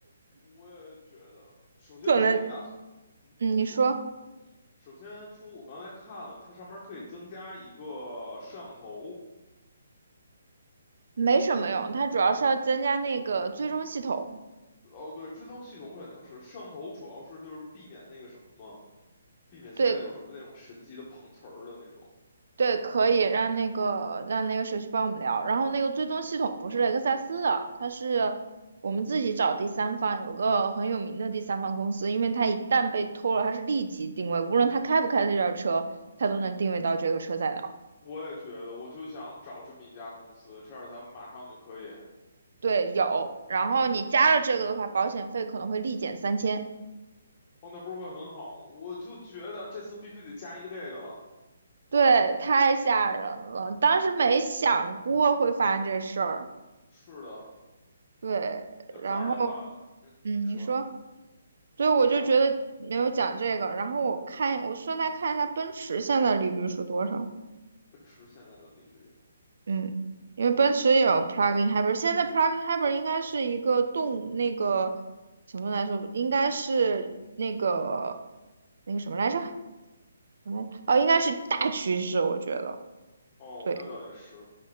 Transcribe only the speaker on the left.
我也觉得，首先说，
我打算，嗯，
你说，
首先说，我刚才看了，它上面可以增加一个摄像头。
哦，对，追踪系统肯定是，摄像头主要是就是避免那个什么嘛，避免现在有什么那种神奇的碰瓷儿的那种。
我也觉得，我就想找这么一家公司，这样咱们马上就可以。
哦，那不是会很好吗？我就觉得这次必须得加一个这个了。
是的，
要这样的话，
嗯，
你说
没有
奔驰现在的利率？
哦，
那倒也是。